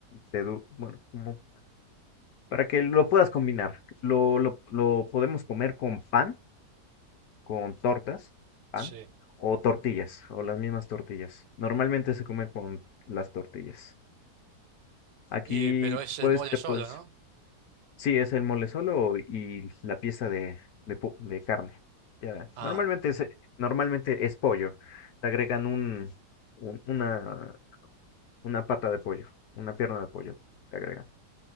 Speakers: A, on the left; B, on the right.
A: te du- bueno, como para que lo puedas combinar. Lo, lo, lo podemos comer con pan, con tortas, pan,
B: Sí.
A: o tortillas, o las mismas tortillas. Normalmente se come con las tortillas. Aquí
B: Y, pero es
A: puedes,
B: el mole
A: te
B: solo,
A: puedes,
B: ¿no?
A: sí, es el mole solo y la pieza de, de, pu- de carne. Ya,
B: Ah,
A: normalmente es,
B: claro.
A: normalmente es pollo. Te agregan un un- una, Una pata de pollo, una pierna de pollo, te agrega.